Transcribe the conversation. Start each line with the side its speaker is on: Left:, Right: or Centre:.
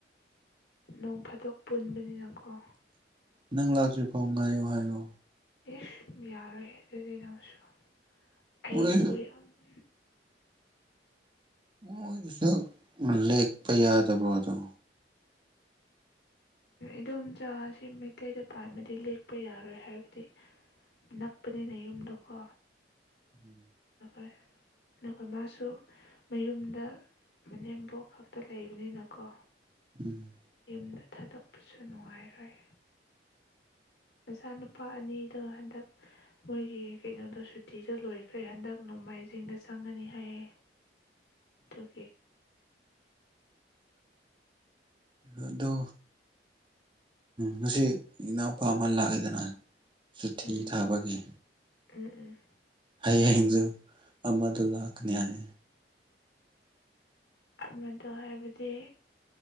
Left: ꯅꯣꯡ ꯐꯥꯗꯣꯛ ꯄꯨꯟꯕꯅꯤꯅꯀꯣ
Right: ꯅꯪ ꯂꯥꯛꯇ꯭ꯔꯤ ꯐꯥꯎ ꯉꯥꯏꯌꯣ ꯍꯥꯏꯌꯣ
Left: ꯏꯁꯁ ꯌꯥꯔ ꯍꯦ ꯑꯗꯨꯗꯤꯅꯣꯁꯨꯣ ꯑꯩꯩꯒꯤꯕꯨ
Right: ꯃꯣꯏ
Left: ꯌꯥꯝ <inaudible>
Right: ꯃꯣꯏꯗꯨꯁꯨ ꯂꯦꯛꯄ ꯌꯥꯗꯕ꯭ꯔꯣꯗꯣ
Left: ꯏꯗꯣꯝꯆꯥ ꯑꯁꯤ ꯃꯩꯇꯩꯗ ꯄꯥꯟꯕꯗꯤ ꯂꯦꯛꯄ ꯌꯥꯔꯣꯏ ꯍꯥꯏꯕꯗꯤ ꯅꯛꯄꯅꯤꯅ ꯌꯨꯝꯗꯣꯀꯣ
Right: ꯎꯝ
Left: ꯣꯏ ꯑꯗꯨꯒ ꯃꯥꯁꯨ ꯃꯌꯨꯝꯗ ꯃꯅꯦꯝꯕꯣꯛ ꯈꯛꯇ ꯂꯩꯕꯅꯤꯅꯀꯣ
Right: ꯎꯝ
Left: ꯌꯨꯝꯗ ꯊꯥꯗꯣꯛꯄꯁꯨ ꯅꯨꯡꯉꯥꯏꯔꯣꯏ ꯃꯆꯥꯅꯨꯄꯥ ꯑꯅꯤꯗꯣ ꯍꯟꯗꯛ ꯃꯣꯏꯒꯤ ꯀꯩꯅꯣꯗꯣ ꯁꯨꯇꯤꯗꯣ ꯂꯣꯏꯈ꯭ꯔꯦ ꯍꯟꯗꯛ ꯅꯣꯡꯃꯥꯏꯖꯤꯡꯗ ꯆꯪꯉꯅꯤ ꯍꯥꯏꯌꯦ ꯇꯀꯦ
Right: ꯑꯗꯨꯗꯣ ꯉꯁꯤ ꯏꯅꯥꯎꯄꯥ ꯑꯃ ꯂꯥꯛꯑꯦꯗꯅ ꯁꯨꯇꯤ
Left: ꯎꯝ
Right: ꯊꯥꯕꯒꯤꯦ
Left: ꯎꯝ ꯎꯝ
Right: ꯍꯥꯏꯌꯦ ꯑꯃꯗꯨ ꯀ ꯅꯏ
Left: ꯑꯃꯗꯣ ꯍꯥꯏꯕꯗꯤ